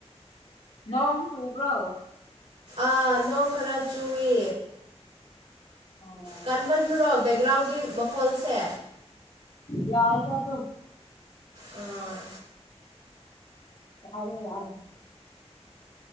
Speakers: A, on the left; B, on the right.
A: ꯅꯣꯡꯁꯨꯕ꯭ꯔ
B: ꯑꯥ ꯅꯣꯡ ꯈꯔ ꯆꯨꯏ
A: ꯑꯣ
B: ꯀꯥꯟꯃꯟꯕ꯭ꯔꯣ ꯕꯦꯛꯒ꯭ꯔꯥꯎꯟꯒꯤ ꯃꯈꯣꯜꯁꯦ
A: ꯌꯥꯔꯗ ꯇ
B: ꯑꯣ
A: ꯌꯥꯏ ꯌꯥꯏ